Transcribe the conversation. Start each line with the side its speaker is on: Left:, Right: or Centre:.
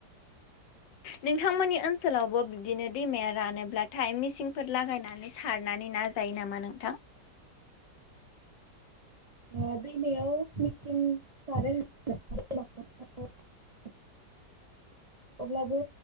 Left: नोंथांमोननि ओनसोलावबो बिब्दिनो दैमाया रानोब्ला नाथाय मिसिनफोर लागायनानै सारनानै ना जायो नामा नोंथां? <inaudible>
Right: ओ-दैमायाव मेसिन सारो <unintelligible> <inaudible> <unintelligible> अब्लाबो